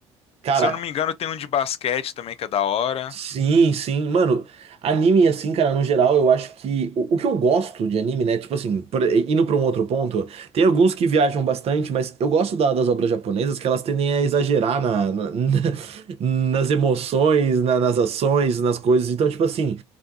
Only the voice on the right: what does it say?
Cara,
Sim, sim. Mano, anime, assim, cara, no geral, eu acho que. O, o que eu gosto de anime, né? Tipo assim, por- indo pra um outro ponto, tem alguns que viajam bastante, mas eu gosto da- das obras japonesas que elas tendem a exagerar na, na- <laughs> nas emoções, na- nas ações, nas coisas. Então, tipo assim,